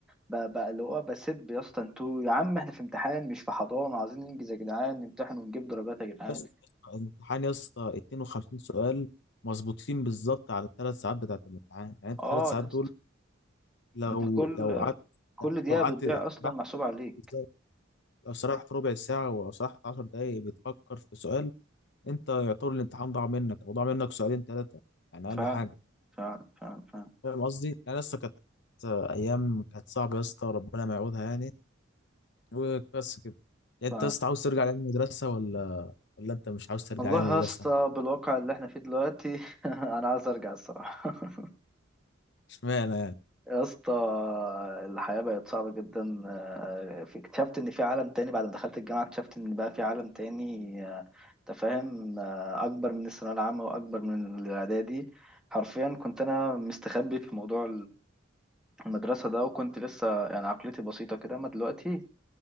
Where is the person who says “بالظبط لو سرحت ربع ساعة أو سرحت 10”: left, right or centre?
Left